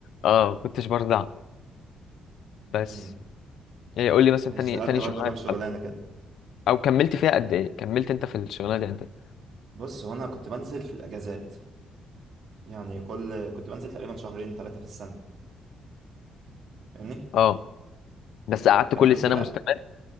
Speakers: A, on the left; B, on the right.
A: اه ما كنتش برضع بس
B: أمم.
A: يعني قول لي مثلا
B: اشتغلت
A: تاني تاني
B: برضو
A: شغلانه
B: كام
A: اشتغلتها
B: شغلانة كده
A: او كملت فيها قد ايه كملت انت في الشغلانه دي قد ايه
B: بص هو أنا كنت بنزل في الأجازات يعني كل كنت بنزل تقريبا شهرين ثلاثة في السنة فاهمني
A: اه بس قعدت
B: كملت
A: كل سنه
B: بقى
A: مستمر